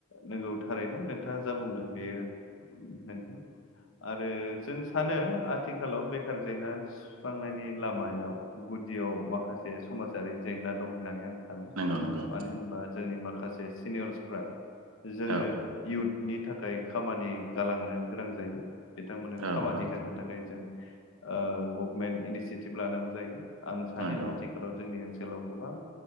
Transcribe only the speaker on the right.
नोंगौ नोंगौ।
औ
औ
औ
नंगौ